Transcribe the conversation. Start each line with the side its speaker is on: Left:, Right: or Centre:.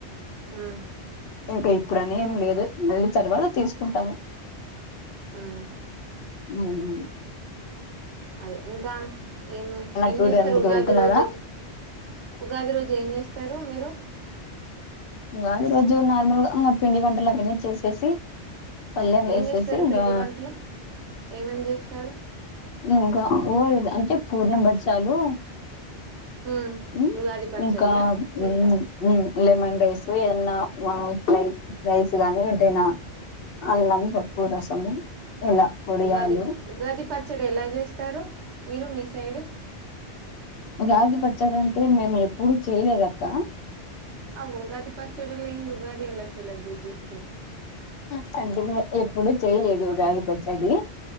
Right: హ్మ్
Left: ఇంకా ఎప్పుడు అని ఏం లేదు, పెళ్లి తర్వాత తీసుకుంటాము.
Right: హ్మ్
Left: ఉమ్.
Right: అదే. ఇంకా ఏమి ఏం
Left: టూర్
Right: చేస్తారు
Left: అందుకు
Right: ఉగాది
Left: వెళ్తున్నారా
Right: రోజు ఉగాది రోజే ఏం చేస్తారు మీరు.
Left: ఉగాది రోజు నార్మల్ గా ఇగ పిండి వంటలు అవన్నీ చేసేసి పల్లెం వేసేసి
Right: ఏం చేస్తారు?
Left: ఇంకా
Right: పిండి వంటలు ఏమేం చేస్తారు?
Left: ఇంకా ఊర్ద్ అంటే పూర్ణ బచ్చాలు
Right: హ్మ్.
Left: ఉమ్మ్
Right: ఉగాది పచ్చడియా?
Left: ఇంకా హ్మ్మ్
Right: చేస్తా
Left: హ్మ్మ్. లెమన్ రైస్ ఏదన్నా వామ్ ఫ్రై ఫ్రైస్ గానీ, ఏదైనా అన్నాం తప్పు రసము ఇలా వడియాలు
Right: ఉగాది ఉగాది పచ్చడి ఎలా చేస్తారు మీరు మీ సైడ్
Left: ఉగాది పచ్చడి అంటే నేను ఎప్పుడూ చేయలేదక్కా
Right: ఆ ఉగాది పచ్చడ లేనెది ఉగాది ఎలా సెలబ్రేట్ జేసు
Left: ఆళ్లు తినలే. ఎప్పుడూ చేయలేదు ఉగాది పచ్చడి